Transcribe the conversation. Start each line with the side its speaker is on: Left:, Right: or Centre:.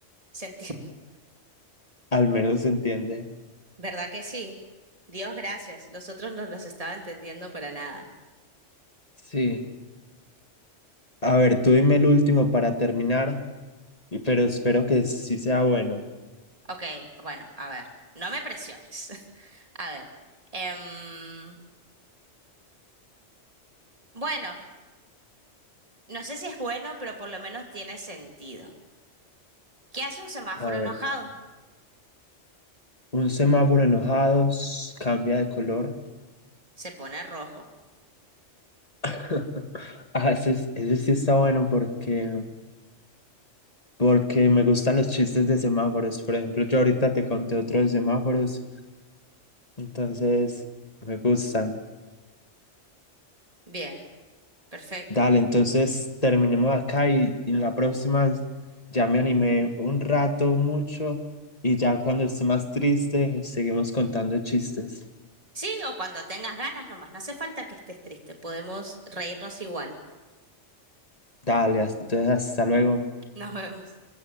Right: se entiende,
Left: al menos se entiende.
Right: <laughs> ¿verdad que sí? Dios gracias, los otros no los estaba entendiendo para nada.
Left: Sí. A ver, tú dime el último para terminar, y- pero espero que sí sea bueno.
Right: Ok, bueno, a ver, no me presiones. <laughs> A ver, em, bueno, no sé si es bueno, pero por lo menos tiene sentido. ¿Qué hace un semáforo
Left: A ver,
Right: enojado?
Left: un semáforo enojado s- cambia de color.
Right: Se pone rojo.
Left: <laughs> Ah, ese, es- ese sí está bueno porque... porque me gustan los chistes de semáforos. Por ejemplo, yo ahorita te conté otro de semáforos, entonces me gustan.
Right: Bien, perfecto.
Left: Dale, entonces terminemos acá y, y en la próxima ya me animé un rato, mucho, y ya cuando esté más triste seguimos contando chistes.
Right: Sí, o cuando tengas ganas nomás. No hace falta que estés triste. Podemos reírnos igual.
Left: Dale, hasta- entonces hasta luego.
Right: Nos vemos.